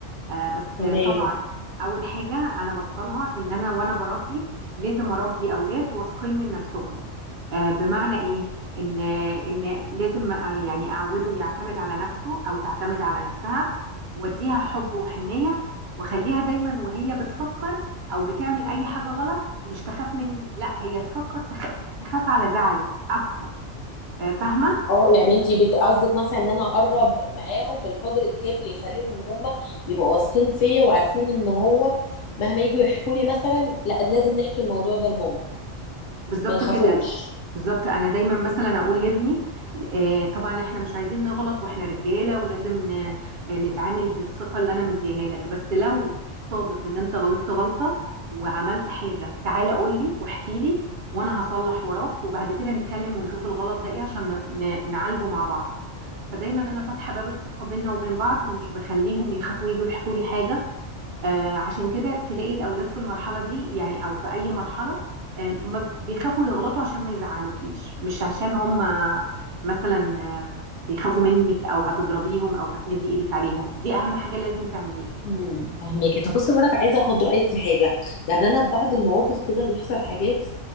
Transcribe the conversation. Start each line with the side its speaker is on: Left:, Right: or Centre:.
Right: آه، بس
Left: تمام
Right: طبعا اول حاجه انا بصلها ان انا وانا بربي لازم اربي اولاد واثقين من نفسهم آه، بمعنى ايه ان ان لازم أ- يعني اعوده يعتمد على نفسه او تعتمد على نفسها واديها حب وحنيه واخليها دايما وهي بتفكر او بتعمل اي حاجه غلط مش تخاف مني لا هي تفكر تخ... تخاف على زعلي اكتر آه، فاهمه
Left: اه يعني انت قصدك مثلا ان انا اقرب معاهم بالقدر الكافي اللي يخليهم ان هم يبقوا واثقين فيا وعارفين ان هو مهما يجوا يحكوا لي مثلا لا لازم نحكي الموضوع ده لماما
Right: بالظبط
Left: ما يخافوش
Right: كده يعني. بالظبط انا دايما مثلا اقول لابني آه، طبعا احنا مش عايزين نغلط واحنا رجاله ولازم ن- آه، نتعامل بالثقه اللي انا مديها لك بس لو صادف ان انت غلطت غلطه وعملت حاجه تعالى قول لي واحكي لي وانا هصلح وراك وبعد كده نتكلم ونشوف الغلط ده ايه عشان ن- نعالجه مع بعض فدايما انا فاتحه باب الثقه بيننا وبين بعض مش بخليهم يخافوا يجوا يحكوا لي حاجه آه، عشان كده تلاقي الأولاد في المرحلة دي يعني أو في أي مرحلة آه، ما بيخافوا يغلطوا عشان ما يزعلوكيش مش عشان هم مثلا آه، بيخافوا منك أو هتضربيهم أو هتمدي إيدك عليهم دي أهم حاجة لازم تعمليها
Left: امم فهماكي طب بصي وراك عايزه اخد رايك في حاجه يعني انا ببعض المواقف كده بيحصل حاجات